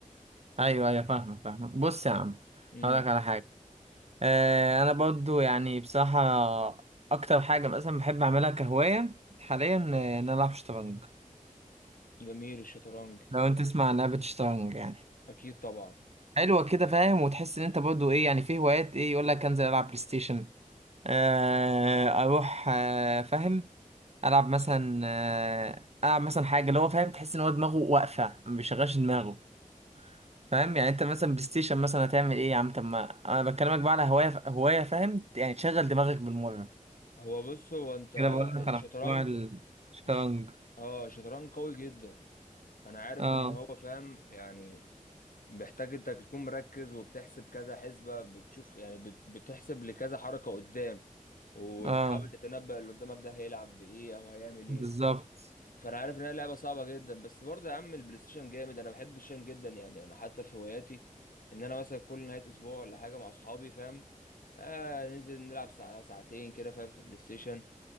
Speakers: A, on the right; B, on the left.
A: ايوه ايوه فاهمك فاهمك بص يا عم
B: امم
A: هقول لك على حاجه آه انا برضو يعني بصراحه اكتر حاجه مثلا بحب اعملها كهوايه حاليا آه، ان انا العب شطرنج
B: جميل الشطرنج
A: لو انت تسمع عن لعبه شطرنج يعني
B: اكيد طبعا
A: حلوه كده فاهم وتحس ان انت برضو ايه يعني في هوايات ايه يقول لك انزل العب بلاي ستيشن آه اروح آه فاهم العب مثلا آه العب مثلا حاجه اللي هو فاهم تحس ان هو دماغه واقفه ما بيشغلش دماغه فاهم يعني انت مثلا بلاي ستيشن مثلا هتعمل ايه يا عم طب ما انا بكلمك بقى على هوايه هوايه فاهم يعني تشغل دماغك بالمره
B: هو بص هو انت
A: كده بقول لك
B: الشطرنج
A: على موضوع الشطرنج
B: الش... اه الشطرنج قوي جدا انا عارف
A: اه
B: ان هو فاهم يعني محتاج انت تكون مركز وبتحسب كذا حسبة بتشوف يعني بت... بتحسب لكذا حركة قدام وبتحاول
A: اه
B: تتنبأ اللي قدامك ده هيلعب بايه او هيعمل
A: بالظبط
B: ايه فانا عارف ان هي لعبه صعبه جدا بس برضه يا عم البلاي ستيشن جامد انا بحب الشن جدا يعني انا حتى في هواياتي ان انا مثلا كل نهايه اسبوع ولا حاجه مع اصحابي فاهم آه ننزل نلعب ساعه ساعتين كده فاهم في البلاي ستيشن